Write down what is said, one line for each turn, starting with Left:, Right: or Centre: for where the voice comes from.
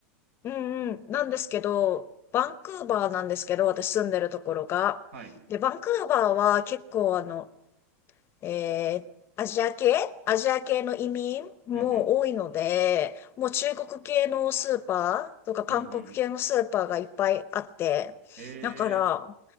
Left: うんうん。なんですけど、バンクーバーなんですけど、私住んでるところが。
Right: はい。
Left: で、バンクーバーは結構あの、えーアジア系アジア系の移民も多いので、
Right: うんうん。
Left: もう中国系のスーパーとか韓国系のスーパーがいっぱいあって、
Right: うんうん。え
Left: だから、
Right: え、